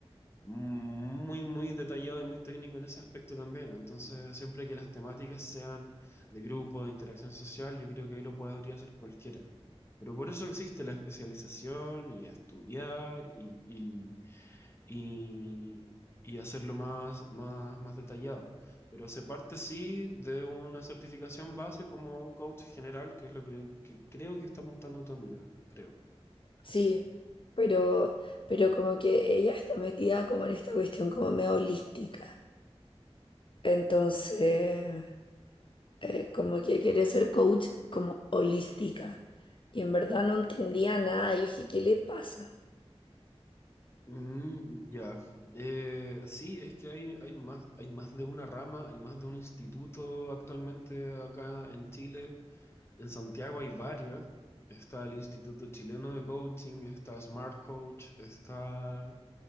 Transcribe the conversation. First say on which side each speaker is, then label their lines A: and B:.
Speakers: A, on the left; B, on the left.
A: muy, muy detallado y muy técnico en ese aspecto también. Entonces, siempre que las temáticas sean de grupo, de interacción social, yo creo que ahí lo podría hacer cualquiera. Pero por eso existe la especialización y estudiar y, y, y- y hacerlo más, más, más detallado. Pero se parte sí de una certificación base como coach general, que es lo que, que creo que está apuntando tu amiga, creo.
B: Sí. Pero, pero como que ella está metida como en esta cuestión como medio holística. Entonces, eh, como que quiere ser coach como holística. Y en verdad no entendía nada. Yo dije, ¿qué le pasa?
A: Mm, ya. Eh, sí, es que hay, hay más, hay más de una rama, hay más de un instituto actualmente acá en Chile. En Santiago hay varios. Está el Instituto Chileno de Coaching, está Smart Coach, está